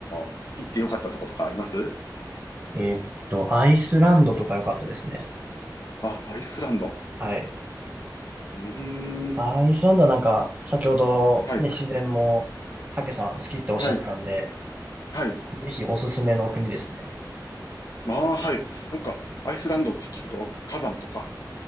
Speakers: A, on the left; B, on the right.
A: ー行ってよかったとことかあります
B: えーっと、アイスランドとか良かったですね。
A: あ、アイスランド。
B: はい。
A: うーん。
B: アイスランドはなんか、先ほどね、
A: はい。
B: 自然も、たけさん好きっておっしゃってたんで、
A: はい。はい。
B: ぜひおすすめの国ですね。
A: まあ、はい。なんか、アイスランドって聞くと、火山とか